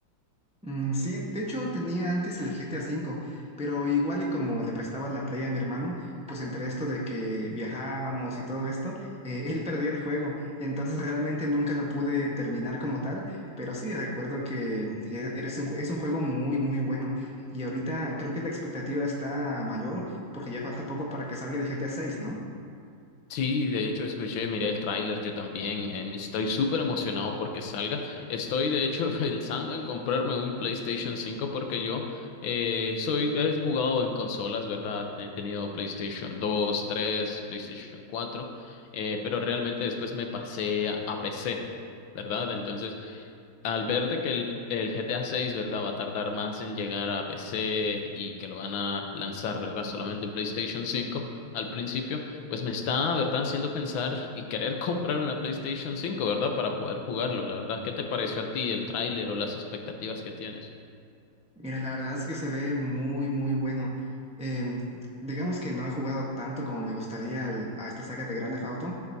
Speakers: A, in the centre; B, on the left (about 85°).
A: Mm, sí, de hecho tenía antes el GTA V, pero igual y como le prestaba la Play a mi hermano, pues entre esto de que viajábamos y todo esto, eh, <laughs> él perdió el juego, entonces realmente nunca lo pude terminar como tal, pero sí recuerdo que e- eres un ju- es un juego muy, muy bueno. Y ahorita creo que la expectativa está mayor porque ya falta poco para que salga el GTA seis, ¿no?
B: Sí, de hecho escuché, miré el tráiler yo también. em, estoy súper emocionado porque salga. Estoy de hecho <laughs> pensando en comprarme un PlayStation cinco porque yo eh, soy, he jugado en consolas, ¿verdad? He tenido PlayStation dos, 3, PlayStation cuatro, eh, pero realmente después me pasé a, a PC, ¿verdad? Entonces al ver de que el, el GTA 6, ¿verdad? Va a tardar más en llegar a PC y que lo van a lanzar, ¿verdad? Solamente en PlayStation 5 al principio, pues me está, ¿verdad? Haciendo pensar y querer <laughs> comprar una PlayStation 5, ¿verdad? Para poder jugarlo, la verdad. ¿Qué te pareció a ti el tráiler o las expectativas que tienes?
A: Mira, la verdad es que se ve muy, muy bueno. Em, digamos que no he jugado tanto como me gustaría al- a esta saga de Grand Theft Auto,